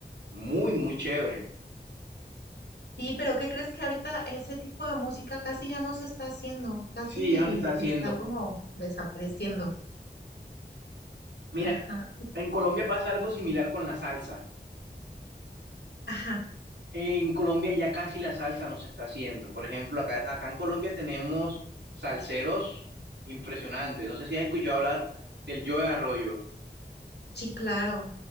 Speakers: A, on the right; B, on the left.
A: muy, muy chévere.
B: Sí, pero ¿qué crees que ahorita ese tipo de música casi ya no se está haciendo? Casi
A: Sí, ya no se está haciendo.
B: está como desapareciendo.
A: Mira,
B: Ajá, y-
A: en Colombia pasa algo similar con la salsa.
B: ajá,
A: En Colombia ya casi la salsa nos está haciendo. Por ejemplo, acá, acá en Colombia tenemos salseros impresionantes. No sé si has escuchado hablar del Joe Arroyo.
B: sí, claro.